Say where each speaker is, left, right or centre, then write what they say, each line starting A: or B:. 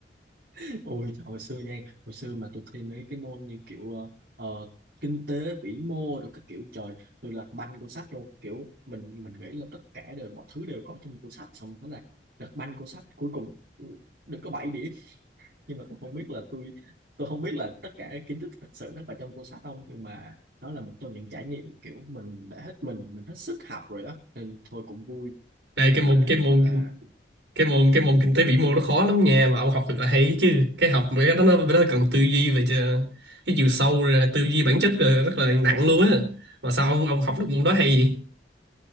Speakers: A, on the right; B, on the right.
A: <laughs> ôi hồi xưa nha hồi xưa mà tôi thi mấy cái môn như kiểu ờ, ờ, kinh tế vĩ mô rồi các kiểu trời tôi lật banh cuốn sách luôn kiểu mình mình nghĩ là tất cả đều mọi thứ đều có trong cuốn sách xong thế là lật banh cuốn sách cuối cùng ừ, được có bảy điểm nhưng mà tôi không biết là tôi tôi không biết là tất cả kiến thức thực sự nó có trong cuốn sách không nhưng mà nó là một trong những trải nghiệm mà kiểu mình đã hết mình mình hết sức học rồi đó nên thôi cũng vui
B: đây
A: nhưng
B: cái
A: mà
B: môn cái môn
A: gọi là
B: cái môn cái môn kinh tế vĩ mô nó khó lắm nha mà ông học được là hay chứ cái học mấy cái đó nó nó cần tư duy về cho- cái chiều sâu rồi tư duy bản chất rồi rất là nặng luôn á mà sao ông ông học được môn đó hay